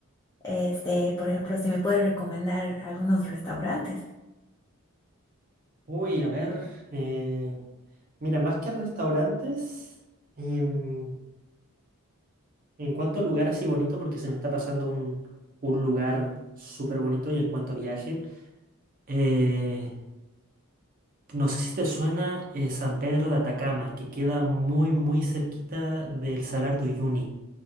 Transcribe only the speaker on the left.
Este, por ejemplo, si me puedes recomendar algunos restaurantes.